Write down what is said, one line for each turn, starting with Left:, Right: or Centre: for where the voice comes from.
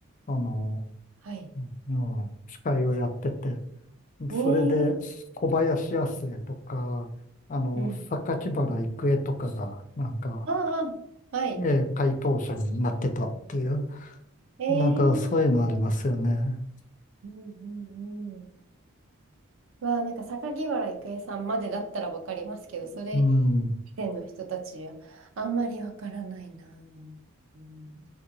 Left: あの、
Right: はい。
Left: うん、司会をやってて、
Right: えー、
Left: それで小林亜星とか、あの、
Right: うん。
Left: 榊原郁恵とかが、なんか、
Right: ああ、はい。
Left: えー、回答者になってたっていう、
Right: えー、
Left: なんかそういうのありますよね。
Right: うんうんうん。うわあ、なんか榊原郁恵さんまでだったらわかりますけど、それ
Left: うん。
Right: 以前の人たちはあんまりわからないな。うん